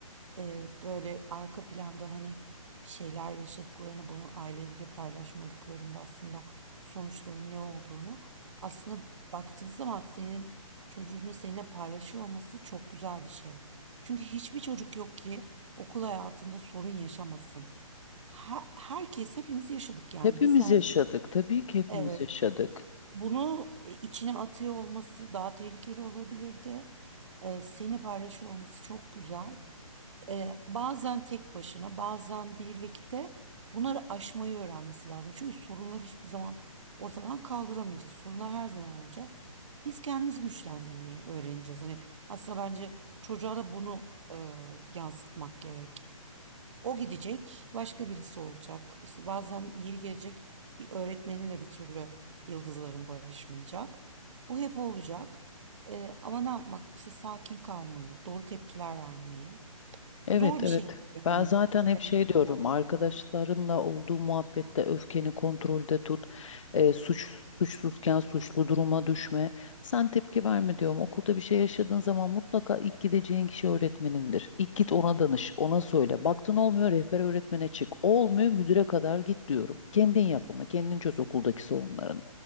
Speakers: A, on the right; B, on the left.
A: e, böyle arka planda hani bir şeyler yaşadıklarını bunu aileleriyle paylaşmadıklarında aslında sonuçların ne olduğunu aslında baktığı zaman senin çocuğunu seninle paylaşıyor olması çok güzel bir şey. Çünkü hiçbir çocuk yok ki okul hayatında sorun yaşamasın. Her- herkes hepimiz yaşadık yani
B: Hepimiz
A: bizler
B: yaşadık.
A: de.
B: Tabii ki hepimiz
A: Evet.
B: yaşadık.
A: Bunu e, içine atıyor olması daha tehlikeli olabilirdi. E, seni paylaşıyor olması çok güzel. E, bazen tek başına, bazen birlikte bunları aşmayı öğrenmesi lazım. Çünkü sorunlar hiçbir zaman ortadan kaldıramayacağız. Sorunlar her zaman olacak. Biz kendimizi güçlendirmeyi öğreneceğiz. Hani aslında bence çocuğa da bunu e, yansıtmak gerek. O gidecek, başka birisi olacak. İşte bazen yeri gelecek bir öğretmeninle bir türlü yıldızların barışmayacak. Bu hep olacak. Ee, ama ne yapmak? İşte sakin kalmayı, doğru tepkiler vermeyi.
B: Evet
A: Zor bir
B: evet.
A: şey tabii
B: Ben
A: hani
B: zaten
A: söylemesi
B: hep şey diyorum
A: kolay.
B: arkadaşlarınla olduğu muhabbette öfkeni kontrolde tut. E, suç suçsuzken suçlu duruma düşme. Sen tepki verme diyorum. Okulda bir şey yaşadığın zaman mutlaka ilk gideceğin kişi öğretmenindir. İlk git ona danış, ona söyle. Baktın olmuyor rehber öğretmene çık. Olmuyor müdüre kadar git diyorum. Kendin yap ama kendin çöz okuldaki sorunlarını.